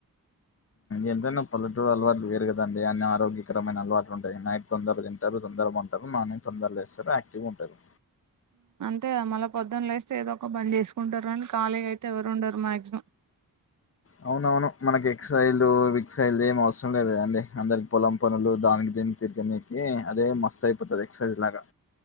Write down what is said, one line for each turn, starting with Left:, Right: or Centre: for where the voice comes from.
Left: ఎంతైనా పల్లటూరు అలవాట్లు వేరు గదండి అన్ని ఆరోగ్యకరము. ఏమైనా అలవాట్లు ఉంటాయి నైట్ తొందరగా తింటారు. తొందరగా పంటారు మా తొందర లేస్తారు యాక్టివ్గా ఉంటుంది.
Right: అంతేగా మళ్ళా పొద్దున్న లేస్తే ఏదో ఒక పని చేసుకుంటారు అని ఖాళీగా అయితే ఎవరు ఉండరు మాక్సిమం.
Left: అవునవును మనకి ఎక్సైల్ విక్సైల్ ఏం అవసం ఇష్టం లేదగా అండి అందరికి పొలం పనులు దానికి దీన్ని తిరిగడానికి అదే మస్తు అయిపోతుంది ఎక్సర్సైజ్ లాగా